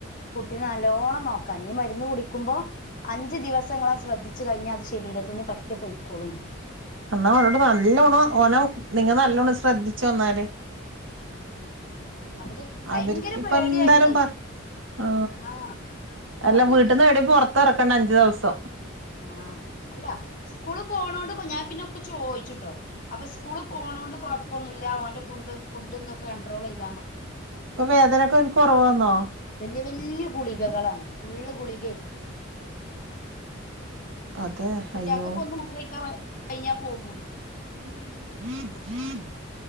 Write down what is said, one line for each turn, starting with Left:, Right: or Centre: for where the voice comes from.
Left: കുട്ടിനെ നല്ലോണം നോക്ക കനിഈ മരുന്ന് കുടിക്കുമ്പോ അഞ്ചു ദിവസങ്ങളാം ശ്രദ്ധിച്ചു കഴിഞ്ഞ അ ശരീരത്തൊന്ന് പറ്റ പോയി കൊളു
Right: എന്നാ ഓനോട്ട് നല്ലോണ് ഓന നിങ്ങ നല്ലോണ് ശ്രദ്ധിച്ചു ന്നാല്
Left: ഉം അപ്പത് ഭയങ്കര
Right: അവർക്ക്ിപ്പ
Left: പേടിയായിരുന്നേ.
Right: എന്തായാലും പ ആ
Left: ആഹ് ഞമ്മക്ക്
Right: എല്ലാം വീട്ടന്ന് എവിടെ പുറത്ത്റക്കണ്ട അഞ്ചു ദിവസം ത്തോ
Left: ആഅല്ല സ്കൂള് പോണോണ്ട് ഞാൻ പിന്നൊക്കെ ചോയിച്ചിട്ടോ അപ്പൊ സ്കൂള പോണോണ്ട് കൊഴപ്പൊന്നുമില്ല അവന്റെ ഫു് ഫുഡ്ന്നൊക്കെ കണ്ട്രോൾ ചെയ്താതി
Right: ഇപ്പൊ വേദനൊക്കെ എനിക്ക്ുറവ് വന്നോ
Left: വല്യ വല്യ ഗുളികകളാണ് ഫുള്ള് ഗുളിക
Right: അതെ
Left: കുട്ടിക
Right: അയ്യോ
Left: <unintelligible> കഴഞ്ഞ പോകൂല
Right: ഉം ഉം